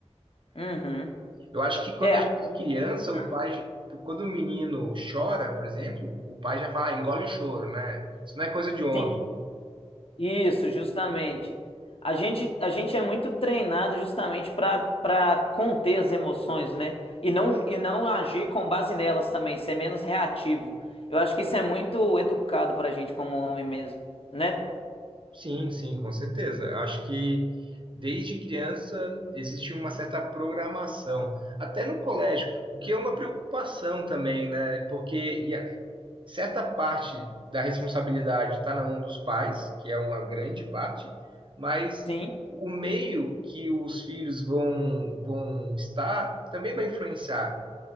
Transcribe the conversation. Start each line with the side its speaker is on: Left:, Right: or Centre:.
Left: Uhum.
Right: Eu acho que quando
Left: É,
Right: a gente é criança, o
Left: hum,
Right: pai, quando o menino chora, por exemplo, o pai já fala, "Ah, engole o choro, né? Isso não é coisa de homem.
Left: sim. Isso, justamente. A gente, a gente é muito treinado justamente para para conter as emoções, né? E não, e não agir com base nelas também, ser menos reativo. Eu acho que isso é muito educado para a gente como homem mesmo, né?
Right: Sim, sim, com certeza. Eu acho que desde criança existe uma certa programação, até no colégio, o que é uma preocupação também, né? Porque e a- certa parte da responsabilidade está na mão dos pais, que é uma grande parte, mas
Left: Sim.
Right: o meio que os filhos vão, vão estar também vai influenciar.